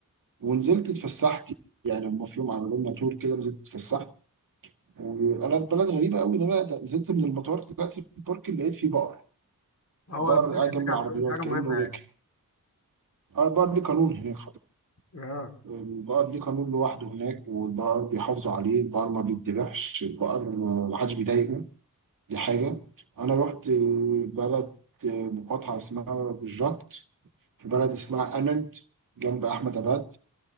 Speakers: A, on the right; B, on the left.
A: ونزلت اتفسحت يعني هم في يوم عملوا لنا تور كده نزلت اتفسحت وانا البلد غريبه قوي ان انا نزلت من المطار طلعت في البارك لقيت فيه بقر
B: إيه؟ هو
A: بقر
B: البحر
A: قاعد
B: هناك
A: جنب العربيات
B: عندهم حاجة
A: كانه
B: مهمة يعني
A: راكب اه البقر ليه قانون هناك
B: اه
A: البقر ليه قانون لوحده هناك والبقر بيحافظوا عليه البقر ما بيتذبحش البقر ما حدش بيضايقه دي حاجة أنا رحت آه، بلد آه، مقاطعة اسمها بوجات في بلد اسمها أننت جنب أحمد أباد